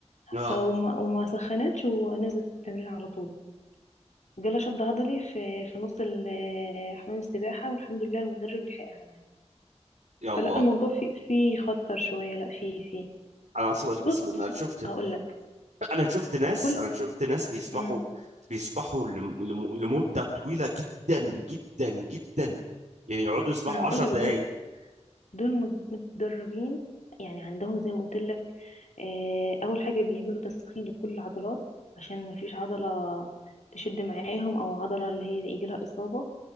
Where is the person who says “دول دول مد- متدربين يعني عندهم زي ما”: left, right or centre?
Left